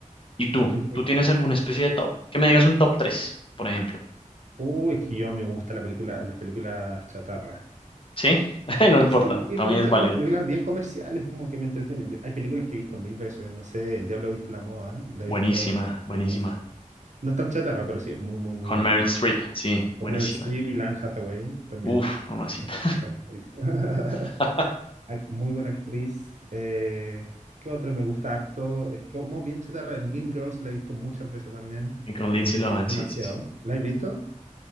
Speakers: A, on the left; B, on the right.
A: ¿Y tú?
B: Yo creo
A: ¿Tú
B: que
A: tienes
B: es.
A: alguna especie de top? Que me digas un top tres por ejemplo.
B: Uy, es que yo me gusta la película, las películas chatarra.
A: ¿Sí? <laughs> No importa,
B: Sí,
A: también
B: me gusta
A: es válido.
B: como las películas bien comerciales, como que me entretienen. Yo- hay películas que he visto mil veces, no sé, El Diablo viste la moda, la he
A: Buenísima,
B: visto
A: buenísima.
B: mil veces. No es tan chatarra, pero sí, es muy, muy, muy
A: Con
B: buena.
A: Meryl Streep, sí, buenísima.
B: Con Meryl Streep y Anne Hathaway también.
A: Uf, mamacita.
B: act- actriz. <laughs>
A: <laughs>
B: Ac- Muy buena actriz. Eh, ¿qué otra me gusta harto? Es como bien chatarra. Mean Girls la he visto muchas veces también.
A: Y con Lindsay
B: Me entretiene
A: Lohan,
B: demasiado.
A: sí, sí, sí.
B: ¿La has visto?